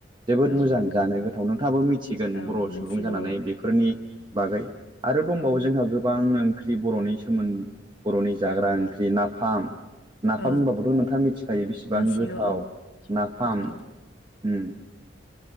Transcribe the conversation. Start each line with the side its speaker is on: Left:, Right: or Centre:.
Right: जोबोद
Left: औ
Right: मोजां
Left: नंगौ
Right: जानो गोथाव नोंथाङाबो मिथिगोन
Left: औ
Right: बर'
Left: मिथिगौ
Right: सुबुं जानानै बेफोरनि बागै आरो दंबावो
Left: औ
Right: जोंहा गोबांनो ओं ओंख्रि बर'नि नाफाम होनबाबोथ'
Left: औ
Right: नोंथाङा मिथिखायो बिसिबां
Left: मिथिगौ
Right: गोथाव
Left: औ
Right: नाफाम
Left: गोथाव
Right: उम